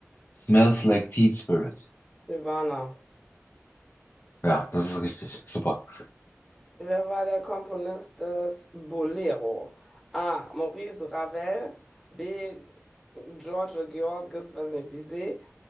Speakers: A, on the left; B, in the centre.
A: Smells Like Teen Spirit?
B: Silvana.
A: Ja, das ist richtig. Super.
B: Wer war der Komponist des Bolero? A. Maurice Ravel. B. George Georges, weiß ich nicht, Bizet.